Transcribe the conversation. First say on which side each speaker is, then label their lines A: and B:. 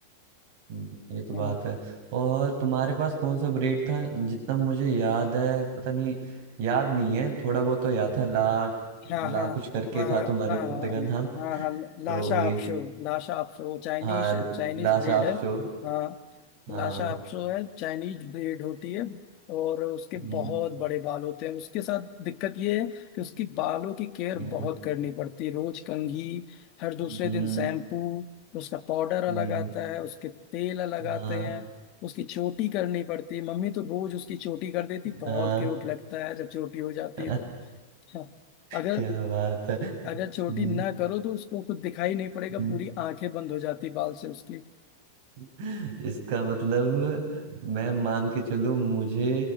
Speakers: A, on the right; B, on the left.
A: हम्म, ये तो बात
B: हैं
A: है और तुम्हारे पास कौन सा ब्रेड था जितना मुझे याद है पता नहीं याद नहीं है थोड़ा बहुत तो याद था ला
B: हाँ
A: ला
B: हाँ
A: कुछ करके
B: हाँ
A: था तुम्हारे
B: हाँ
A: कुत्ते
B: हाँ
A: का नाम
B: हाँ हाँ, लाशा
A: तो वही
B: आपशो लाशा आपशो वो चाइनीज
A: हाँ
B: चाइनीज
A: ला
B: ब्रीड
A: शाप
B: है
A: शो
B: हाँ
A: हाँ
B: लाशा आपशो है चाइनीज ब्रीड होती है और उसके
A: हम्म
B: बहुत बड़े बाल होते हैं उसके साथ दिक्कत ये है कि उसकी बालों की केयर
A: हम्म
B: बहुत करनी पड़ती है रोज कंघी हर दूसरे
A: हम्म
B: दिन शैम्पू उसका पाउडर अलग
A: हम्म,
B: आता है उसके तेल अलग आते
A: हाँ
B: हैं उसकी चोटी करनी पड़ती है मम्मी तो रोज उसकी चोटी कर देती बहुत
A: हाँ
B: क्यूट लगता है जब चोटी हो जाती
A: <laughs>
B: है तो हाँ अगर
A: क्या बात है हम्म,
B: अगर छोटी ना करो तो उसको कुछ दिखाई नहीं पड़ेगा
A: हम्म।
B: पूरी आंखें बंद हो जाती बाल से उसकी
A: हम्म। इसका मतलब मैं मान के चलूं मुझे